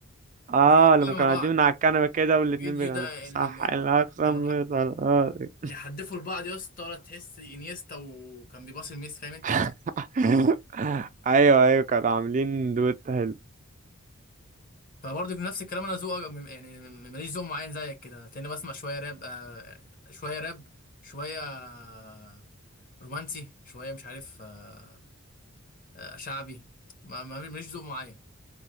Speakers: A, on the right; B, on the left.
A: اه
B: بيغنوا
A: لما كانوا
B: مع بعض
A: قاعدين من على الكنبة كده
B: الفيديو
A: والاتنين بيغنوا
B: ده
A: صح
B: ال ال ال
A: الأقسم
B: كانوا لا
A: بطلقاتي
B: بيحدفوا لبعض يا اسطى ولا تحس انيستا وكان بيباصي لميسي فاهم انت
A: <laughs> ايوه ايوه كانوا عاملين دويت حلو
B: فبرضه في نفس الكلام انا ذوق يعني ماليش ذوق معين زيك كده تلاقيني بسمع شويه راب آه، شويه راب شويه آه، رومانسي شويه مش عارف آه، آه، شعبي ما ما- ماليش ذوق معين